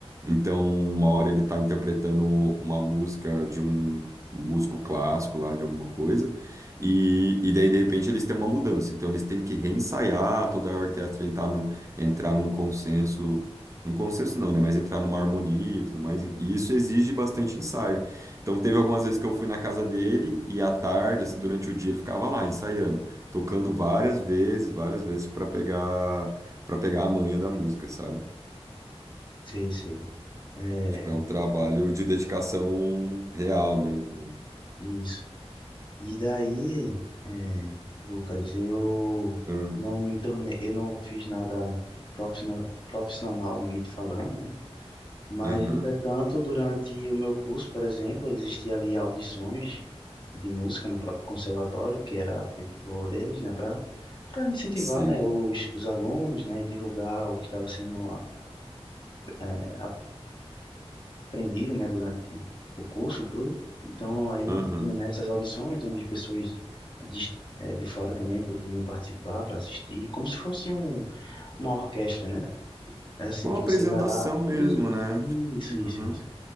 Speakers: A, on the right; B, on the left.
A: Então, uma hora ele está interpretando uma música de um músico clássico lá de alguma coisa, e, e daí de repente eles têm uma mudança, então eles têm que reensaiar toda a orquestra entrar no, entrar num consenso um consenso não, né? Mas entrar numa harmonia e tudo mais. E e isso exige bastante ensaio. Então, teve algumas vezes que eu fui na casa dele e à tarde, assim, durante o dia, ele ficava lá ensaiando, tocando várias vezes, várias vezes para pegar, para pegar a manha da música, sabe?
B: Sei, sei. É,
A: Tipo, é um trabalho de dedicação real mesmo. né?
B: isso. E daí, é, Lucas, eu
A: Aham,
B: não me tornei, eu não fiz nada profissio- profissionalmente falando, né? Mas,
A: aham,
B: entretanto, durante o meu curso, por exemplo, existia ali audições de música no próprio conservatório, que era feito por eles, né, para para incentivar,
A: sim,
B: né, os, os alunos, né, e divulgar o que estava sendo é, aprendido, né, durante o curso todo. Então, aí,
A: aham.
B: tinha, né, essas audições onde pessoas de, eh, de fora também poderiam participar para assistir, como se fosse um, uma orquestra, né? É Assim,
A: Com
B: que
A: a apresentação
B: você vai lá,
A: mesmo,
B: isso,
A: né?
B: isso,
A: Tipo, Aham.
B: isso, isso.